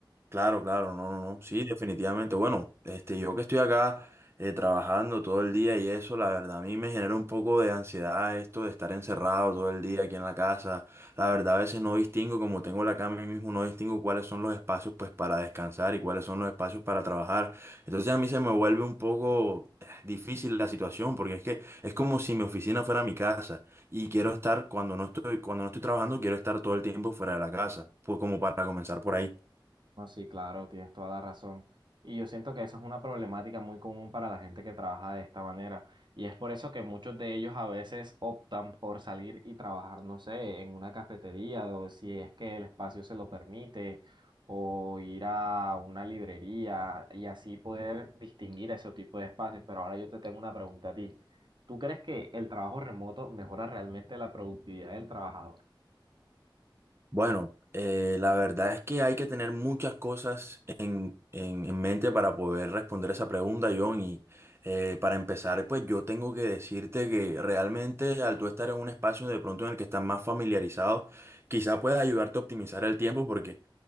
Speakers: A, on the right; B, on the right.
A: Claro, claro, no, no, no. Sí, definitivamente. Bueno, este, yo que estoy acá eh, trabajando todo el día y eso, la verdad, a mí me genera un poco de ansiedad esto de estar encerrado todo el día aquí en la casa. La verdad, a veces no distingo, como tengo la cama ahí mismo, no distingo cuáles son los espacios pues para descansar y cuáles son los espacios para trabajar. Entonces a mí se me vuelve un poco eh, difícil la situación, porque es que es como si mi oficina fuera mi casa y quiero estar cuando no estoy, cuando no estoy trabajando, quiero estar todo el tiempo fuera de la casa, pues como para comenzar por ahí.
B: No, sí, claro, tienes toda la razón. Y yo siento que eso es una problemática muy común para la gente que trabaja de esta manera. Y es por eso que muchos de ellos a veces optan por salir y trabajar, no sé, en una cafetería o si es que el espacio se lo permite, o ir a una librería y así poder distinguir ese tipo de espacios. Pero ahora yo te tengo una pregunta a ti. ¿Tú crees que el trabajo remoto mejora realmente la productividad del trabajador?
A: Bueno, eh, la verdad es que hay que tener muchas cosas en, en- en mente para poder responder esa pregunta, John. Y eh, para empezar, pues yo tengo que decirte que realmente al tú estar en un espacio de pronto en el que estás más familiarizado, quizá pueda ayudarte a optimizar el tiempo porque